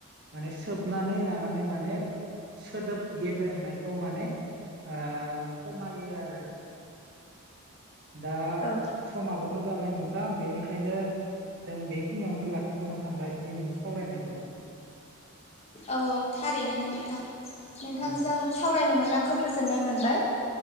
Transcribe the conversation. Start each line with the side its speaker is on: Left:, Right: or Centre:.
Right: माने सोबनानै लानानै माने सोदोब गेब्रेंनाय खौ माने ओ खमायो आरो दा
Left: औ
Right: समाबोथ' जाबाय नोंथां बेनिखायनो जों बेखिनियावनो लाखिथ'नो सानबाय दिनैनि सावरायनायखौ।
Left: औ थारैनो नोंथां नोंथांजों
Right: औ
Left: सावरायनो मोनना खोब गोजोननाय मोनबाय